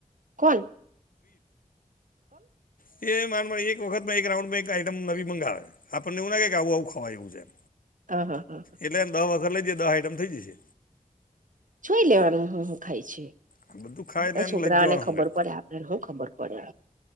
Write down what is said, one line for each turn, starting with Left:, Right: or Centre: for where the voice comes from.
Right: કોન?
Left: તે મારે મારી એક વખત માં એક રાઉન્ડમાં એક આઈટમ નવી મંગાવે. આપણને એવું લાગે કે આવું આવું ખવાય એવું છે.
Right: આ હા. હા
Left: એટલે એમ દહ વખત લઇ જે દહ આઈટમ થઈ જશે.
Right: જોઈ લેવાનું હું હું ખાય છે.
Left: આ બધું ખાય એટલે
Right: અ
Left: એને
Right: છોકરાઓને
Left: લઈ જ જવાનું
Right: ખબર
Left: હંગાત
Right: પડે આપડને હું ખબર પડે.